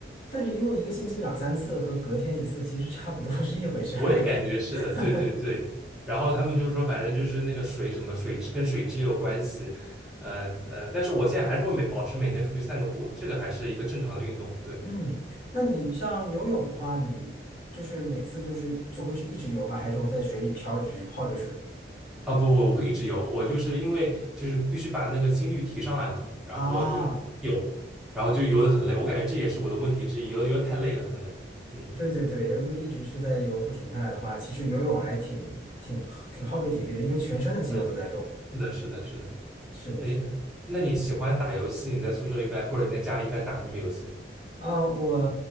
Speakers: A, on the left; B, in the centre.
A: 但是游泳一个星期两三次和隔天一次其实差不多是一回事儿。
B: 我也感觉是的，
A: <laughs>
B: 对对对。然后他们就是说，反正就是那个水什么水质跟水质也有关系，呃呃，但是我现在还是会每保持每天出去散个步，这个还是一个正常的运动。对，
A: 嗯，那你像游泳的话，你就是每次就是就会是一直游吧，还是说在水里漂着，只是泡着水
B: 啊不不，我会一直游，我就是因为就是必须把那个心率提上来嘛，然后就是有，
A: 啊？
B: 然后就游的很累，我感觉这也是我的问题之一，游游得太累了可能，嗯
A: 对对对，如果一直是在游不停下来的话，其实游泳还挺挺挺耗费体力的，
B: 嗯
A: 因为全身的肌肉都在动。
B: 嗯，是的是的是的，
A: 是的，
B: 哎，
A: 是的。
B: 那你喜欢打游戏？你在宿舍一般或者你在家里一般打什么游戏？
A: 啊，我